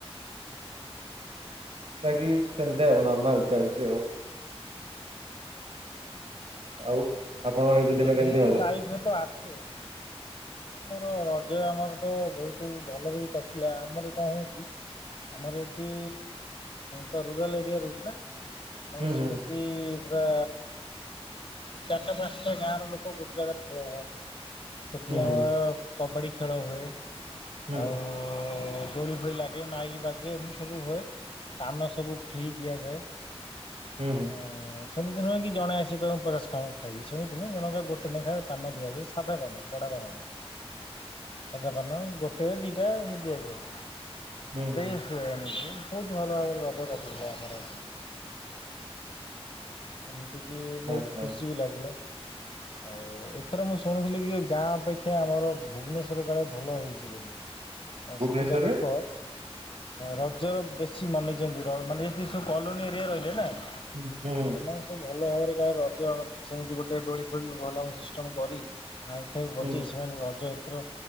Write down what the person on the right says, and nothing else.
ବାକି ସେମିତି ଆଉ ନର୍ମାଲ ଚାଲଛି ଆଉ। ଆଉ ଆପଣଙ୍କର ଆଜି
ଦିନ
କେମିତି ଗଲା?
ହୁଁ
ହୁଁ
ହୁଁ
ହୁଁ
ହୁଁ ହୁଁ
ହୁଁ ହୁଁ ହୁଁ
ଆଚ୍ଛା
ଭୁବନେଶ୍ୱରରେ?
ହୁଁ ହୁଁ
ହୁଁ।